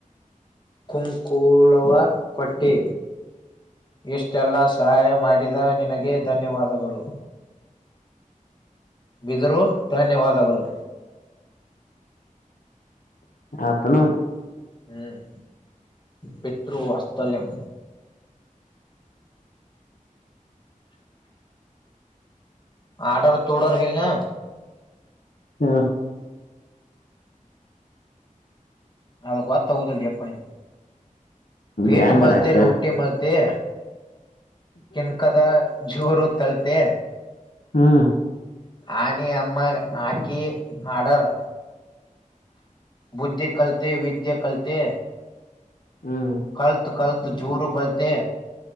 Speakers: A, on the left; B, on the left.
A: ಕುಂಕುಳವ ಕೊಟ್ಟೆ. ಇಷ್ಟೆಲ್ಲಾ ಸಹಾಯ ಮಾಡಿದ ನಿನಗೆ ಧನ್ಯವಾದಗಳು. ಬಿದರು ಧನ್ಯವಾದಗಳು.
B: ಆತನು
A: ಹ್ಮ್ ಪಿತೃ ವಾಸ್ಥಲ್ಯಂ. ಆರ್ಡರ್ ತೋಡರ್ ಹೇಳನ
B: ಹ
A: ಅದ ಗೋತ ಆಗುದಿಲ್ಲ ಎಪ್ಪ ನೀನ್ ಪೇಟ
B: ಹೆಂಗರಾಕ
A: ಮತ್ತ್ ಲೂಟಿ ಮದ್ಯೆ ಕೆಣಕದ ಜೋರು ತಲ್ತೆ
B: ಹ್ಮ
A: ಆನಿ ಅಮ್ಮ ಆಕಿ ಆಡರ್ ಬುದ್ಧಿ ಕಲತೆ ವಿದ್ಯ ಕಲತೆ
B: ಹ್ಮ್
A: ಕಲ್ತ್ ಕಲ್ತ್ ಜೂರು ಬೈತೆ.